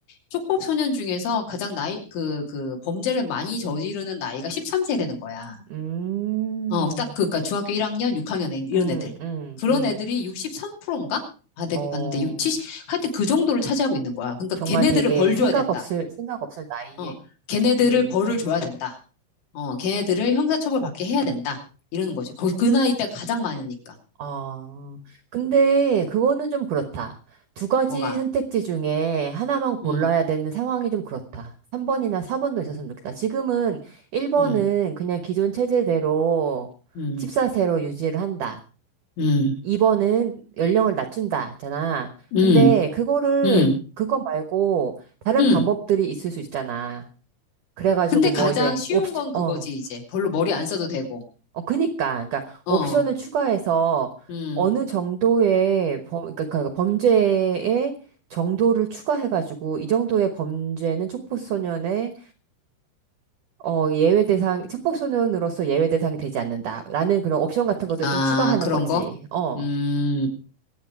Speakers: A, on the left (about 70°); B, on the right (about 85°).
A: 쪽법 소년 중에서 가장 나이 그 그 범죄를 많이 저지르는 나이가 13세라는 거야.
B: 음,
A: 어, 딱 그, 그니까 중학교 1학년, 6학년 애- 이런
B: 음,
A: 애들.
B: 음,
A: 그런
B: 음,
A: 애들이 63%인가? 아, 내
B: 어,
A: 봤는데 70 하여튼 그 정도를 차지하고 있는 거야. 그러니까
B: 정말
A: 걔네들을
B: 되게
A: 벌
B: 생각
A: 줘야 된다.
B: 없을, 생각 없을 나이에,
A: 어. 걔네들을
B: 음,
A: 벌을 줘야 된다. 어, 걔네들을 형사처벌 받게 해야 된다. 이러는 거지. 거기 그 나이 때가 가장 많으니까.
B: 아, 근데 그거는 좀 그렇다. 두 가지
A: 뭐가?
B: 선택지 중에 하나만 골라야
A: 음.
B: 되는 상황이 좀 그렇다. 3번이나 4번도 있었으면 좋겠다. 지금은 1번은
A: 음.
B: 그냥 기존 체제대로
A: 음.
B: 집사세로 유지를 한다.
A: 음.
B: 2번은 연령을 낮춘다잖아. 근데
A: 음.
B: 그거를
A: 음.
B: 그거 말고 다른
A: 음.
B: 방법들이 있을 수 있잖아. 그래가지고
A: 근데 가장
B: 뭐 이제
A: 쉬운
B: 옵션
A: 건 그거지,
B: 어,
A: 이제. 별로 머리 안 써도 되고.
B: 어 그니까 그러니까
A: 어,
B: 옵션을 추가해서
A: 음,
B: 어느 정도의 범 그러니까 그 범죄의 정도를 추가해가지고 이 정도의 범죄는 촉법소년의 어 예외 대상 촉법소년으로서 예외 대상이 되지 않는다라는 그런 옵션 같은 것도
A: 아,
B: 좀 추가하는
A: 그런
B: 거지.
A: 거?
B: 어.
A: 음,